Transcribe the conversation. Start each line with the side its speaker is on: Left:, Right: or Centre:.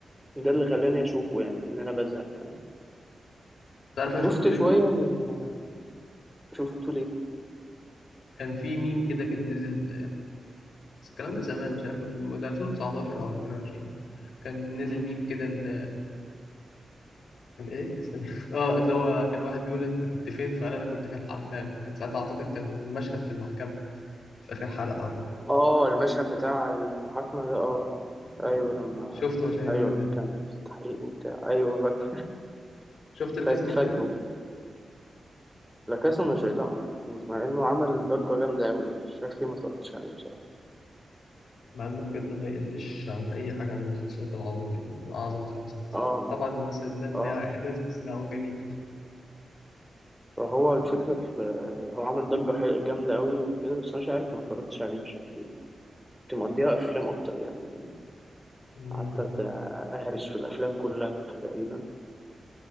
Centre: ده اللي خلاني اشوفه يعني ان انا بزهق فاهم
Left: تعرف
Centre: شفت
Left: انا شفته ليه
Centre: شوية من شفته ليه
Left: كان في ميم كده كان نزل بس الكلام ده زمان مش عارف الم- ده 2019 او 2020 كان نزل
Centre: مم.
Left: ميم كده ان <laughs> كان ايه ثانية <laughs> اه ان هو كان واحد بيقول انت كنت فين فقال انا كنت في الحمام كان ساعتها اعتقد كان مشهد في المحكمة في اخر حلقة اعتقد
Centre: اه المشهد بتاع المحاكمة ده اه
Left: ولا
Centre: اه ايوه لما
Left: شفته
Centre: كان
Left: عشان الميم
Centre: ايوه لما
Left: ده
Centre: كان في التحقيق وبتاع ايوه فاكر
Left: شفت الكاسة
Centre: <laughs> فاكر
Left: دي
Centre: فاكر
Left: بابل
Centre: لا كاسا مش لا ما شفتوش مع انه عمل ضجة جامدة قوي يعني شايف ليه ما اتفرجتش عليه بصراحة
Left: مع انه بجد ما يقلش عن اي حاجة عن المسلسلات العظيمة يعني من اعظم خمسة
Centre: اه
Left: طبعا الناس هتبان ان
Centre: اه
Left: هي احداث بس لا هو جميل فعلا
Centre: فهو الفكرة
Left: طبعا
Centre: في هو عمل ضجة حل- جامدة قوي وكده بس انا مش عارف ما اتفرجتش عليه مش عارف ليه كنت مقضيها افلام اكتر يعني
Left: مم.
Centre: قعدت أت- اهرس في الافلام كلها تقريبا